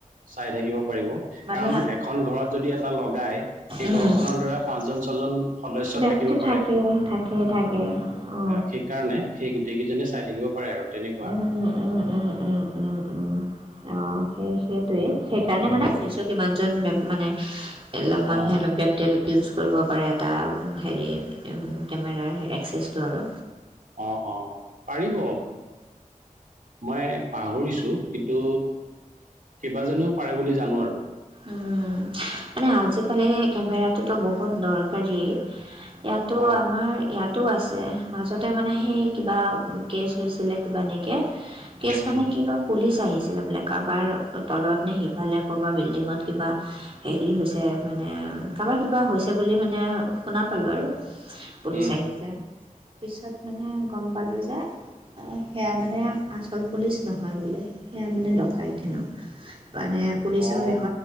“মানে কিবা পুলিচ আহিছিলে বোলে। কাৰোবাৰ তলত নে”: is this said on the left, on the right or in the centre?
Right